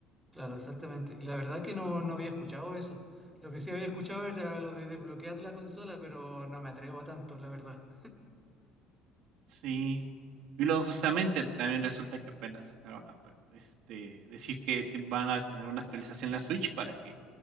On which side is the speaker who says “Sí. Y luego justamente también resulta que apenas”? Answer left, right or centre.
Right